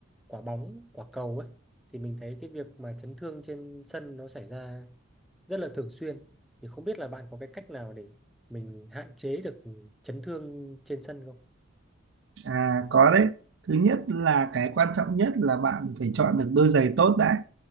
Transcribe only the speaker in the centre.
quả bóng quả cầu ấy thì mình thấy cái việc mà chấn thương trên sân nó xảy ra rất là thường xuyên thì không biết là bạn có cái cách nào để mình hạn chế được chấn thương trên sân không?